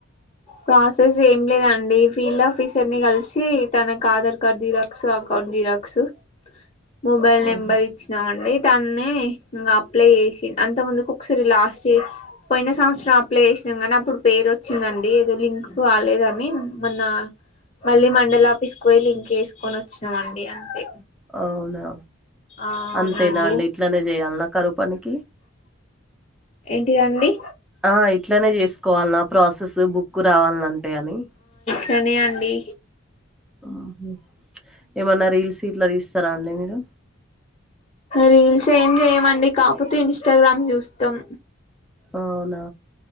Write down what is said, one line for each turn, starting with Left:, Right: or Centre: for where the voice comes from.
Left: ప్రాసెస్ ఏం లేదా అండి ఫీల్డ్ ఆఫీసర్ ని కలిసి తనక్ Aadhaar card xerox, account xerox. Mobile నెంబర్
Centre: ఆహా!
Left: ఇచ్చినామండి తన్నే ఇంగ అప్లై చేసిన్. అంత ముందుకు ఒకసారి లాస్టే పోయిన సంవత్సరం అప్లై చేసినం గానీ అప్పుడు పేరు వచ్చిందండి ఏదో లింక్ కాలేదని, మన్నా మళ్ళీ మండల్ ఆఫిస్క్ వోయి లింక్ ఏసుకొని వచ్చినమండి అంతే.
Centre: అవునా,
Left: ఆ అవునండి
Centre: అంతేనా అండి ఇట్లానే చేయాల్నా. కరు పని కి
Left: ఏంటిదండి
Centre: ఆ ఇట్లానే చేసుకోవాలన్నా ప్రాసెస్ బుక్ రావాలంటే అని
Left: టని అండి
Centre: ఊహు ఏమన్నా రీల్స్ ఇట్ల తీస్ తర అండి మీరు
Left: రీల్స్ ఏం జేయమండి కాపోతే ఇన్స్టాగ్రామ్ జూస్తం
Centre: అవునా